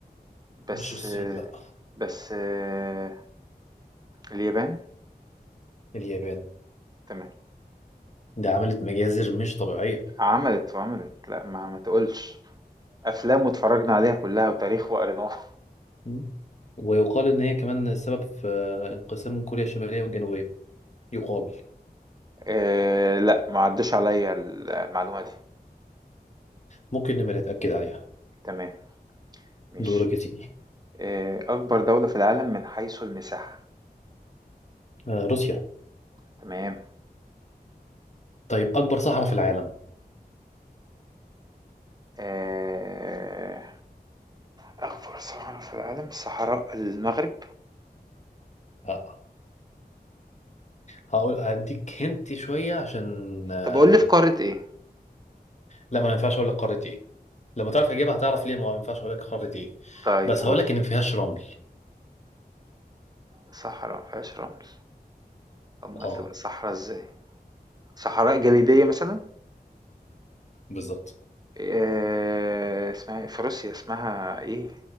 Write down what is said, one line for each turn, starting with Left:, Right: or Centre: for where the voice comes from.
Right: بس
Left: مش الصين
Right: آه،
Left: لا
Right: بس آه، اليابان
Left: اليابان
Right: تمام
Left: دي عملت مجازر مش طبيعيه
Right: عملت وعملت لا ما ما تقولش افلام واتفرجنا عليها كلها وتاريخ وقريناها
Left: مم. ويقال ان هي كمان السبب في انقسام كوريا الشماليه والجنوبيه يقال
Right: آه، <laughs> لا ما عدش عليا المعلومة دي
Left: ممكن نبقى نتاكد عليها
Right: تمام ماشي
Left: دورك يا سيدي
Right: آه، أكبر دولة في العالم من حيث المساحة
Left: آه، روسيا
Right: تمام
Left: طيب اكبر صحراء في العالم
Right: آه، أكبر صحراء في العالم صحراء المغرب
Left: آه، هقول هديك هنت شويه عشان آه،
Right: طب أقول لي في قارة إيه؟
Left: لا ما ينفعش اقول لك قاره ايه لما تعرف اجابه هتعرف ليه ما ينفعش اقول لك قاره ايه
Right: طيب
Left: بس
Right: قول
Left: هقول لك ان ما فيهاش رمل
Right: صحراء مفيهاش رمل أمال
Left: اه
Right: تبقى صحراء إزاي؟ صحراء جليدية مثلا؟
Left: بالظبط
Right: آه، اسمها إيه؟ في روسيا اسمها إيه؟